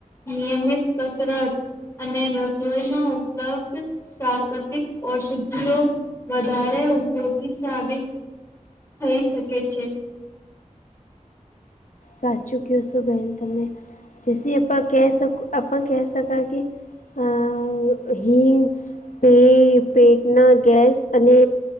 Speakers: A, on the left; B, on the left.
A: નિયમિત કસરત અને રસોઈમાં ઉપલબ્ધ પ્રાકૃતિક ઔષધિઓ વધારે ઉપયોગી સાબિત થઈ શકે છે
B: સાચું કયો સો બહેન તમે. જેસી અપા કહે સક અપ કહે સકાકે આ હિંગ એ પેટના ગેસ અને